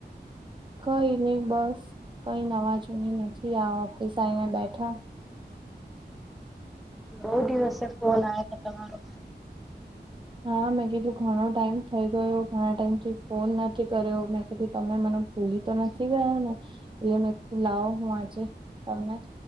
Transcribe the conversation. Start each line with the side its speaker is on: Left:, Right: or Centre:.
Right: કઈ નહી બસ કઈ નવાજૂની નથી આ ઓફિસ આવીને બેઠા,
Centre: બઉુ દિવસે ફોન આવ છે તમારો.
Right: હા મેં કીધું ઘણો ટાઈમ થઈ ગયો ઘણા ટાઈમ થી ફોન નથી કર્યો મેં કીધું તમે મને ભૂલી તો નથી ગયા ને એમ એકું લાવ હું આજે તમને